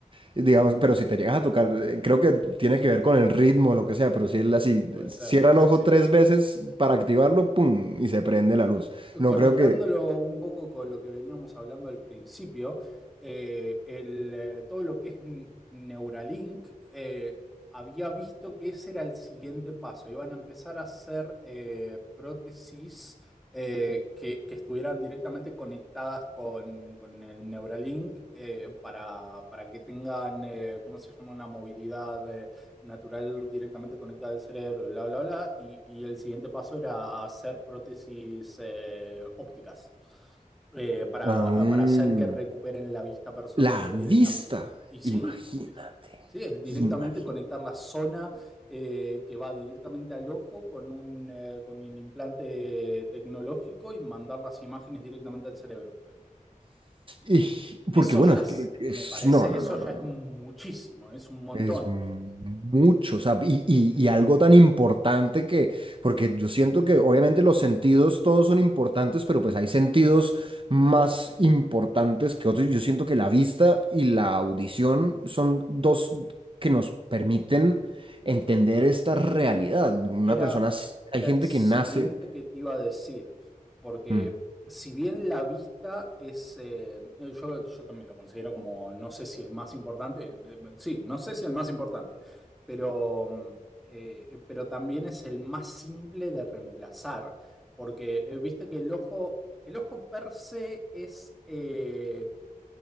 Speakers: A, on the right (about 35°); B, in the centre.
A: y digamos, pero si te llegas a tocar, eh, creo que tiene que ver con el ritmo o lo que sea, pero si él así
B: Puede
A: cierra
B: ser, sí,
A: el
B: sí,
A: ojo
B: sí.
A: tres veces para activarlo, ¡pum! y se prende la luz. No
B: Conectándolo
A: creo que...
B: un poco con lo que veníamos hablando al principio, eh, el, eh, todo lo que es N- Neuralink, eh, había visto que ese era el siguiente paso. Iban a empezar a hacer eh, prótesis eh, que, que estuvieran directamente conectadas con, con el Neuralink eh, para, para que tengan, eh, ¿cómo se llama?, una movilidad eh, natural directamente conectada al cerebro y bla, bla, bla. Y, y el siguiente paso era hacer prótesis eh, ópticas eh, para,
A: Aún
B: eh, para hacer que recuperen la vista personas
A: la
B: que directamente...
A: vista,
B: Y sí,
A: imagínate,
B: es, y sí, es directamente
A: imagínate.
B: conectar la zona eh, que va directamente al ojo con, un, eh, con el implante tecnológico y mandar las imágenes directamente al cerebro.
A: Y-
B: Eso
A: Porque bueno,
B: ya,
A: es
B: es-
A: que- es-
B: me parece,
A: no, no,
B: eso
A: no,
B: ya
A: no, no.
B: es muchísimo, es un montón.
A: Es mucho, o sea, y, y- y algo tan importante que, porque yo siento que obviamente los sentidos todos son importantes, pero pues hay sentidos más importantes que otros. Yo siento que la vista y la audición son dos que nos permiten entender esta realidad. Una
B: Era,
A: persona, s- hay
B: era
A: gente
B: el siguiente
A: que nace.
B: que te iba a decir, porque
A: Mm,
B: si bien la vista es, eh, yo, yo también lo considero como, no sé si el más importante, eh, eh, sí, no sé si el más importante, pero, mm, eh, pero también es el más simple de reemplazar, porque eh, viste que el ojo, el ojo per se es, eh,